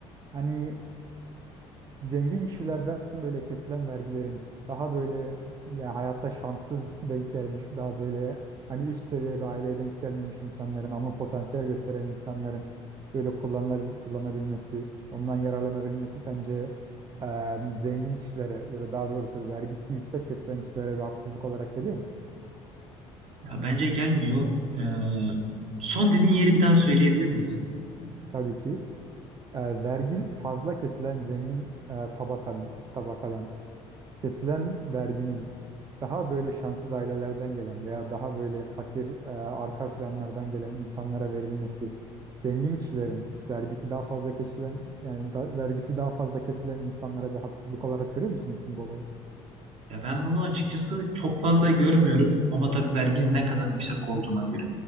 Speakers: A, on the right (about 30°); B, on the right (about 55°).
A: Hani zengin kişilerden böyle kesilen vergilerin daha böyle ya hayatta şanssız denk gelmiş, daha böyle hani üst seviye bir aileye denk gelmemiş insanların ama potansiyel gösteren insanların böyle kullanılabil kullanabilmesi, ondan yararlanabilmesi sence e, zengin kişilere ya da daha doğrusu vergisi yüksek kesilen kişilere bir haksızlık olarak geliyor mu?
B: Ya bence gelmiyor. Ee, son dediğin yeri bir daha söyleyebilir misin?
A: Tabii ki. E, vergi fazla kesilen zengin e, tabakanın, üst tabakadan kesilen verginin daha böyle şanssız ailelerden gelen veya daha böyle fakir e, arka planlardan gelen insanlara verilmesi, zengin kişilerin vergisi daha fazla kesilen yani da- vergisi daha fazla kesilen insanlara bir haksızlık olarak görüyor musun bütün bu olayı?
B: Ya ben bunu açıkçası çok fazla görmüyorum ama tabii verginin ne kadar yüksek olduğuna göre.